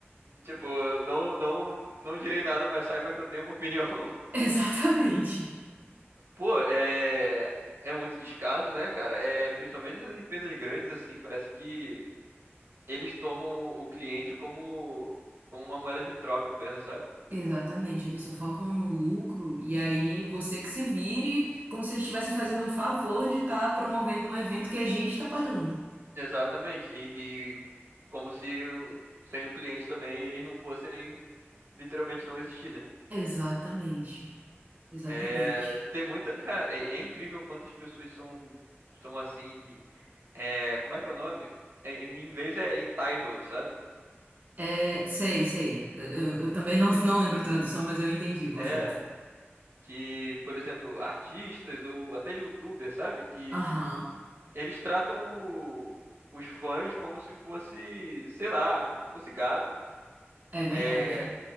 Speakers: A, on the right; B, on the right.
A: Tipo, não, não, não direi nada, mas saiba que eu tenho uma opinião. <laughs>
B: <laughs> Exatamente.
A: Pô, é. É muito descaso, né, cara? É, principalmente nas empresas grandes, assim, parece que eles tomam o o cliente como, como uma moeda de troca apenas, sabe?
B: Exatamente, eles só focam no lucro e aí você que se vire, como se eles estivessem fazendo um favor de estar promovendo um evento que a gente está pagando.
A: Exatamente. E, e como se o- sem o cliente também eles não fossem literalmente não existir, né?
B: Exatamente, exatamente.
A: É, tem muita. Cara, é, é incrível quantas pessoas são, são assim. É, como é que é o nome? É, em inglês é entitled, sabe?
B: É, sei, sei. Eu, eu- eu também não, não lembro a tradução, mas eu entendi o conceito.
A: É. Que, por exemplo, artistas ou até youtubers, sabe? Que
B: Aham,
A: eles tratam o- os fãs como se fosse, sei lá, como se fosse gado.
B: é verdade.
A: É,